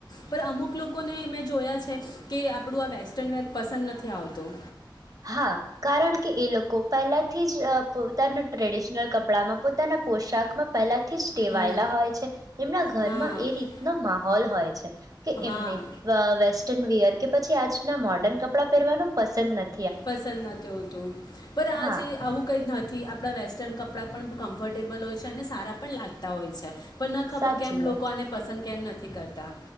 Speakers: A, on the left (about 55°); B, on the right (about 45°).
A: પણ અમુક લોક કોને મેં જોયા છે કે આપણું આ વેસ્ટર્ન વેર પસંદ નથી આવતું.
B: હા કારણ કે એ લોકો પહેલાથી જ પોતાના ટ્રેડિશનલ કપડામાં પોતાના પોશાકમાં પહેલા તીસ ટેવાયેલા
A: હમ
B: હોય છે એમના ઘરમાં
A: હા
B: એ રીતનો માહોલ હોય છે કે
A: હા
B: એમને વ વેસ્ટન વયર કે પછી આજના મોડર્ન કપડાં પહેરવાનું પસંદ નથ.
A: પસંદ નતતું પણ આજ
B: હા
A: આવું કઈ થી આપણાં વેસ્ટર્ન કપડાં પણ કમ્ફર્ટેબલ હોય છે અને સારા પણ લાગતા હોય છે. પણ ના ખબર
B: સાચી
A: કેમ લોકો
B: વાત
A: આને પસંદ કેમ નથ થી કરતા.